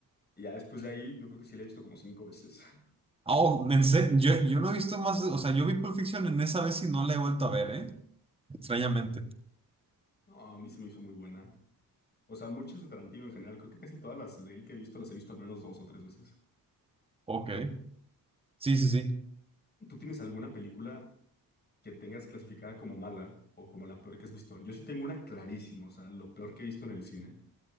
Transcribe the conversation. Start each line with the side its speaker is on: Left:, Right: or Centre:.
Left: Y ya después de ahí yo creo que sí la he visto como cinco veces. <laughs>
Right: Oh, en serio, yo, yo no he visto más, o sea, yo vi Pulp Fiction en esa vez y no la he vuelto a ver, ¿eh? Extrañamente.
Left: No, a mí se me hizo muy buena. O sea, muchas de Tarantino en general, creo que casi todas las de él que he visto las he visto al menos dos o tres veces.
Right: Ok. Sí, sí, sí.
Left: ¿Tú tienes alguna película que tengas clasificada como mala o como la peor que has visto? Yo sí tengo una clarísima, o sea, lo peor que he visto en el cine.